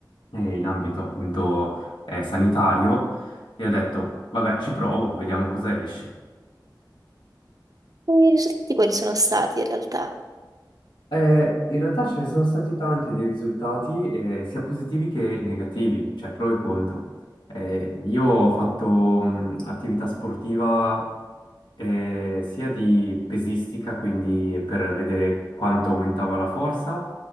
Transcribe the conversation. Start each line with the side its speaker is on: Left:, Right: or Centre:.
Left: eh, in ambito appunto, eh, sanitario, e ho detto, vabbè, ci provo, vediamo cosa esce.
Right: I risultati quali sono stati in realtà?
Left: Eh, in realtà ce ne sono stati tanti di risultati, eh, sia positivi che negativi, cioè pro e contro. Eh, io ho fatto mh, attività sportiva eh, sia di pesistica, quindi per vedere quanto aumentava la forza,